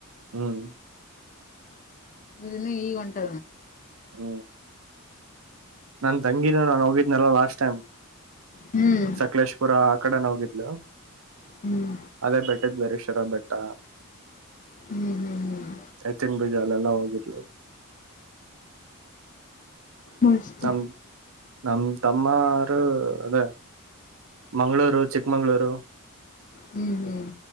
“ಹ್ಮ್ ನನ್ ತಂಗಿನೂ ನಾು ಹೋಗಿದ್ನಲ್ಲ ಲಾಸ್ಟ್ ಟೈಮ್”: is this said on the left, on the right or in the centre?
Right